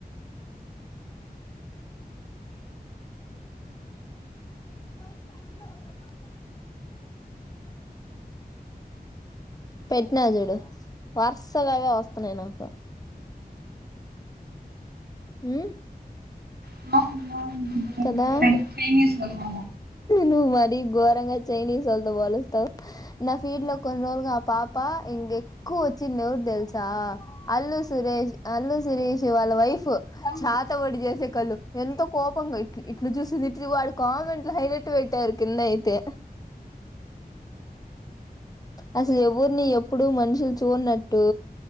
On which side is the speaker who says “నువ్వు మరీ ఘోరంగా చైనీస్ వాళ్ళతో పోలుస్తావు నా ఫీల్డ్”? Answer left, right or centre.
Left